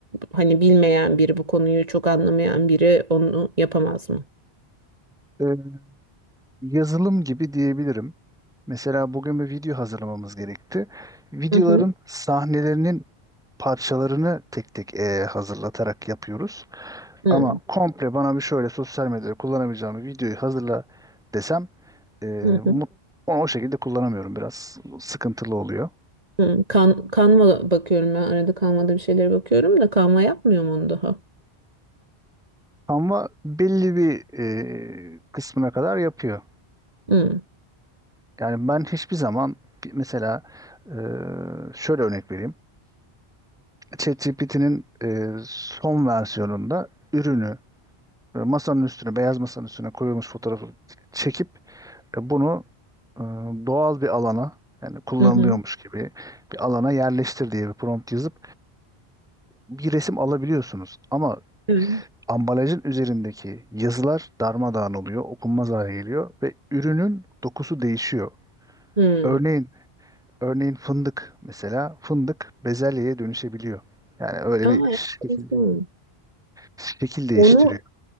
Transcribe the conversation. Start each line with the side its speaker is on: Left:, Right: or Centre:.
Right: hani bilmeyen biri bu konuyu çok anlamayan biri onu yapamaz mı?
Centre: e, yazılım gibi diyebilirim. Mesela bugün bir video hazırlamamız gerekti. Videoların
Right: Hı hı.
Centre: sahnelerinin parçalarını tek tek e, hazırlatarak yapıyoruz.
Right: Hı
Centre: Ama komple bana bir şöyle sosyal medyada kullanabileceğim bir videoyu hazırla desem e,
Right: hı.
Centre: mut- onu o şekilde kullanamıyorum. Biraz sıkıntılı oluyor.
Right: Hı, kan, kanva bakıyorum ben arada kanvada bir şeylere bakıyorum da kanva yapmıyor mu onu daha.
Centre: Ama belli bir e, kısmına kadar yapıyor.
Right: Hı,
Centre: Yani ben hiçbir zaman bir- mesela e, şöyle örnek vereyim. ChatGPT'nin e, son versiyonunda ürünü e, masanın üstüne, beyaz masanın üstüne koyulmuş fotoğrafı çekip e, bunu e, doğal bir alana yani kullanılıyormuş
Right: hı hı.
Centre: gibi bir alana yerleştir diye bir prompt yazıp bir resim alabiliyorsunuz. Ama
Right: Evet.
Centre: ambalajın üzerindeki yazılar darmadağın oluyor, okunmaz hale geliyor ve ürünün dokusu değişiyor.
Right: Hı.
Centre: Örneğin, örneğin fındık mesela fındık bezelyeye dönüşebiliyor. Yani öyle bir
Right: Aa,
Centre: şekil,
Right: enteresan.
Centre: şekil değiştiriyor.
Right: Onu